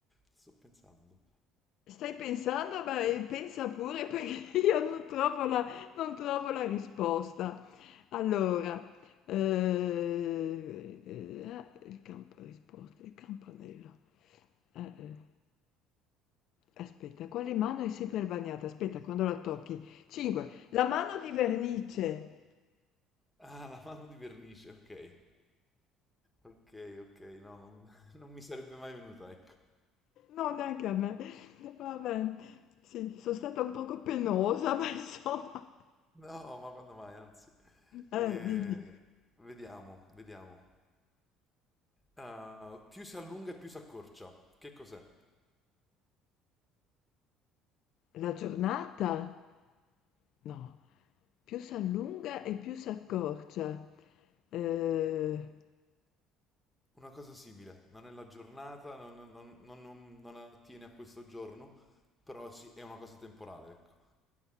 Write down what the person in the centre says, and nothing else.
Sto pensando.
Ah, la mano di vernice, ok. Ok, ok, no, non, <laughs> non mi sarebbe mai venuta, ecco.
No, ma quando mai, anzi.
Eh,
vediamo, vediamo. Ah, più si allunga e più si accorcia. Che cos'è?
Una cosa simile. Non è la giornata, non, non- non- non- non- non attiene a questo giorno, però sì, è una cosa temporale, ecco.